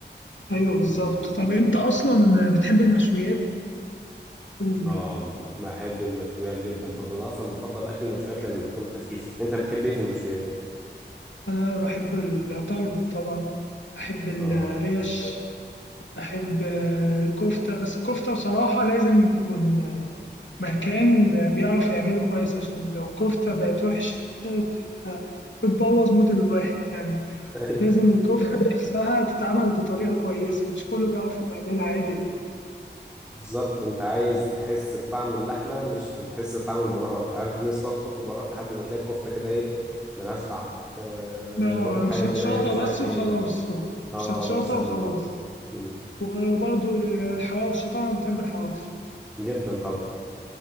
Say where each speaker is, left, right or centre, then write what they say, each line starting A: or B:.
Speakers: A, on the left; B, in the centre.
A: ايوه بالظبط طب انت اصلا بتحب المشويات ال-
B: اه بحب المشويات جدا برضه انا اصلا بفضل اكل المشويات لانه بيكون خفيف انت بتحب ايه في المشويات
A: انا بحب الطلب طبعا بحب الريش
B: اه
A: بحب آه، الكفته بس الكفته بصراحه لازم يكون مكان بيعرف يعمله كويس عشان لو الكفته بقت وحشه بتبقى بتبوظ مود الواحد يعني
B: <laughs> ايوه
A: لازم الكفته نفسها تتعمل بطريقه كويسه مش كله بيعرف يعملها عادل يعني
B: بالظبط انت عايز تحس بطعم اللحمه مش بتحس بطعم البهارات عارف في ناس تقعد تحط بهارات لحد ما تلاقي الكفته كده ايه ملهاش طعم آه
A: ما-
B: انا باكل
A: مش
B: حاجه
A: هتشاطه
B: كده ايه مش عارف
A: بس وخلاص
B: ايه هي اه
A: مش هتشاطه
B: مثلا
A: وخلاص
B: اه مم.
A: وبرضو الحواوشي طبعا بتحب الحواوشي
B: جدا طبعا